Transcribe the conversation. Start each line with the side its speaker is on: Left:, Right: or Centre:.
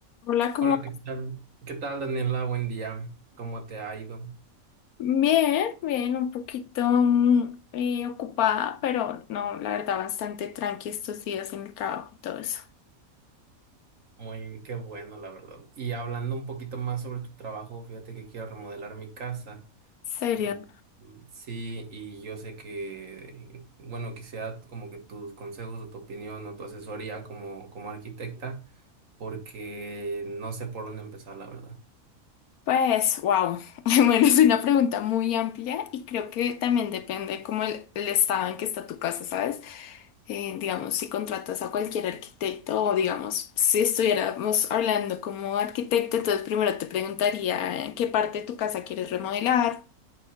Left: Hola, ¿cómo
Right: Hola,
Left: vas?
Right: ¿qué tal? ¿Qué tal, Daniela? Buen día. ¿Cómo te ha ido?
Left: Bien, bien, un poquito mm, eh, ocupada, pero no, la verdad, bastante tranqui estos días en el trabajo y todo eso.
Right: Muy, qué bueno, la verdad. Y hablando un poquito más sobre tu trabajo, fíjate que quiero remodelar mi casa.
Left: ¿Serio?
Right: Mm, mm, Sí, y yo sé que, bueno, quisiera como que tus consejos o tu opinión o tu asesoría como, como arquitecta, porque no sé por dónde empezar, la verdad.
Left: Pues, wow. <laughs> Bueno, es una pregunta muy amplia y creo que también depende como el, el estado en que está tu casa, ¿sabes? Eh, digamos, si contratas a cualquier arquitecto o digamos, si estuviéramos hablando como arquitecto, entonces primero te preguntaría eh, qué parte de tu casa quieres remodelar.